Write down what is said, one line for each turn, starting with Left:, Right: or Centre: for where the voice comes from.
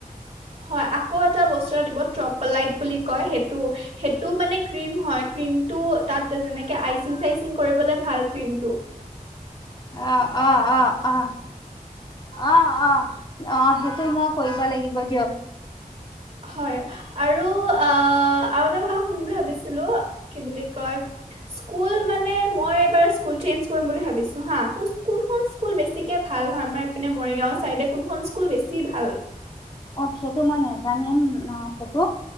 Right: হয় আকৌ এটা বস্তু এটা দিব ত্ৰপলাইট বুলি কয়, সেইটো সেইটো মানে ক্ৰীম হয়, ক্ৰীমটো তাত যেনেকৈ আইচিং- চাইছিং কৰিবলৈ ভাল ক্ৰীমটো
Left: আ' আহ আ আহ আহ আহ অ সেইটো মই কৰিব লাগিব। হব দিয়ক
Right: হয়, আৰু অ' আৰু এটা কথা সুধিবলৈ ভাবিছিলো কি বুলি কয়, স্কুল মানে মই এইবাৰ স্কুল চেঞ্জ কৰিম বুলি ভাবিছোঁ হাঁ ত কোনখন স্কুল বেছিকৈ ভাল হয় আমাৰ এইপিনে মৰিগাঁও, চাইদে কোনখন স্কুল বেছি ভাল।
Left: অ' সেইটো মই নেজানিম ন সেইটো